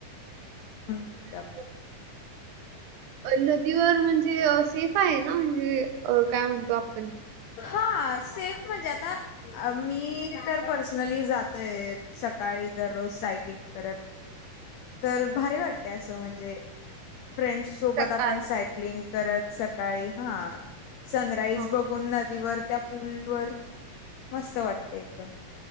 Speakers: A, on the left; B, on the right.
A: म्हणू शकतोय
B: अच्छा.
A: आपण
B: नदीवर म्हणजे सेफ आहे ना, म्हणजे काय म्हणतो आपण
A: हा सेफ म्हणजे आता मी तर पर्सनली जातोय सकाळी दररोज सायकलिंग करत. तर भारी वाटतय अस म्हणजे फ्रेश. सोबत
B: सकाळच्या
A: आपण सायकलिंग करत सकाळी हा सनराईज
B: हां हां.
A: बघुन न दीवर त्या, पूलवर मस्त वाटत एकदम.